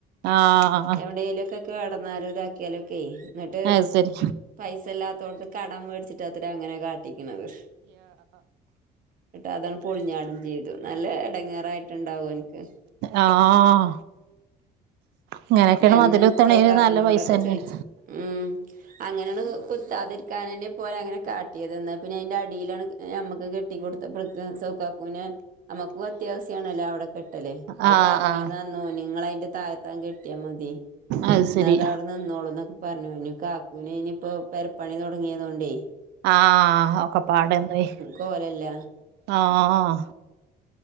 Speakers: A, on the right; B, on the right.
A: ആഹ
B: എവിടെലൊക്കൊ കിടന്നാലും ഇതാക്കിയാലൊക്കെ എന്നിട്ട്
A: അത് ശരി
B: പൈസ ഇല്ലാത്തോടത്ത് കടം മേടിച്ചിട്ടാത്ര അങ്ങനെ കാട്ടിക്കണന്നത് കേട്ട് അതാണ് പൊളിഞ്ഞാടം ചെയ്തു നല്ല ഇടങ്ങേറായിട്ടുണ്ടാവും എനിക്ക്
A: ആഹ ഇങ്ങനെയൊക്കെയാണ്
B: അന്ന്
A: മതിൽ <unintelligible>
B: സൗക്കാക്കുനോടൊക്കെ
A: നല്ല പൈസ തന്നെയാണ്
B: ചോയിച്ചു ഉം അങ്ങനെയാണ് കുത്താതിരിക്കാനെ പോലെ അങ്ങനെ കാട്ടിയതന്നെ പിന്നെ അതിന്റെ അടിയിലാണ് നമ്മക്ക് കെട്ടിക്കടുത്തപ്പേക്ക് സൗക്കാക്കുന് നമ്മുക്ക അത്യാവശ്യമാണല്ലോ അവിടെ കെട്ടല്
A: ആഹ്
B: അവ പറഞ്ഞീന്നു
A: ആഹ്
B: നിങ്ങള് അതിന്റെ താഴത്താൻ കെട്ടി മതി
A: അത്
B: എന്ന
A: ശരി
B: അതവിടെ നിന്നോളൂ എന്നൊക്കെ പറഞ്ഞ കാക്കുന ഇനിപ്പോ പെര പണി തൊടങ്ങിയതൊണ്ടേ
A: ആഹ് ഒക്കെ പാടെ നിന്ന് പോയി
B: കോലല്ല
A: ആഹ്